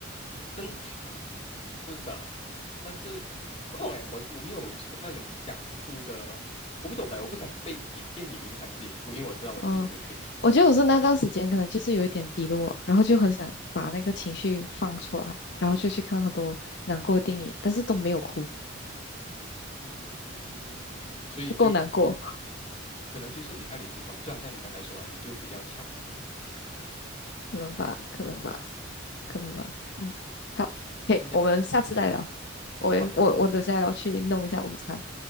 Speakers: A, on the left (about 30°); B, on the left (about 55°).
A: 正常是的，但是不懂哎，我我没有那种想哭的，我不懂哎，我不想被一电影影响自己哭，因为我知道我自己会哭，
B: 嗯，我觉得我是那段时间可能就是有一点低落，然后就很想把那个情绪放出来，然后就去看很多难过的电影，但是都没有哭，
A: 嗯，所以就
B: 不够难过，
A: <laughs> 都嗯可能就是你太理性吧，就好像你刚才说了，你就比较强，
B: 可能吧，可能吧，可能吧。嗯，
A: 嗯，
B: 好，OK，
A: 那享。
B: 我们下次再聊。我也我我等下要去弄一下午餐。
A: 好的，